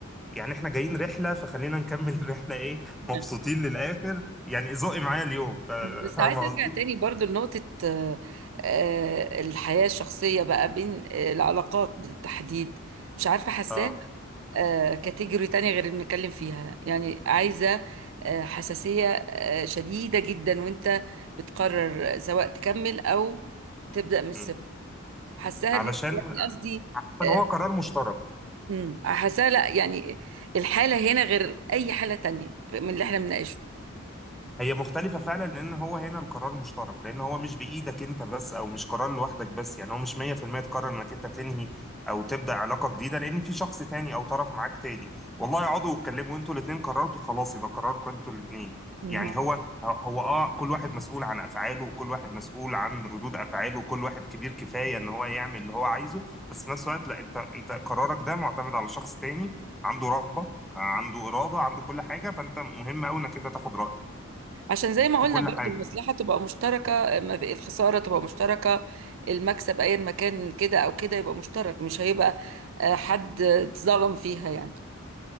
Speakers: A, in the centre; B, on the right (about 60°).
A: يعني احنا جايين رحلة فخلينا نكمل <laughs> الرحلة ايه مبسوطين
B: نعم.
A: للآخر يعني ذوقي معايا اليوم فا-
B: بس
A: فاهم
B: عايزة
A: قصدي؟
B: ارجع تاني برضو لنقطة آه، آه، الحياة الشخصية بقى بين آه، العلاقات بالتحديد مش عارفة حاساها
A: اه
B: آه، كاتيجوري تانية غير اللي بنتكلم فيها يعني عايزة آه، حساسية آه، شديدة جدا وانت بتقرر سواء تكمل او تبدأ من الصفر
A: م.
B: حاساها
A: علشان
B: ليه يعني قصدي
A: عشان
B: آه،
A: هو قرار مشترك
B: أمم، حاساها لا يعني الحالة هنا غير اي حالة تانية من اللي احنا بنناقشه
A: هي مختلفة فعلا لأن هو هنا القرار مشترك لأن هو مش بإيدك أنت بس أو مش قرار لوحدك بس يعني هو مش 100% تقرر إنك أنت تنهي أو تبدأ علاقة جديدة لأن في شخص تاني أو طرف معاك تاني والله اقعدوا واتكلموا أنتوا الاتنين قررتوا خلاص يبقى قراركم أنتوا الاتنين
B: مم.
A: يعني هو هو أه كل واحد مسؤول عن أفعاله وكل واحد مسؤول عن ردود أفعاله وكل واحد كبير كفاية إن هو يعمل اللي هو عايزه بس في نفس الوقت لا أنت أنت قرارك ده معتمد على شخص تاني عنده رغبة عنده إرادة عنده كل حاجة فأنت مهم أوي إنك أنت تاخد رأيه
B: عشان زي ما
A: في
B: قلنا
A: كل
B: برضو
A: حاجه
B: المصلحة تبقى مشتركة ما في- الخسارة تبقى مشتركة المكسب ايا ما كان كده او كده يبقى مشترك مش هيبقى آه، حد اتظلم فيها يعني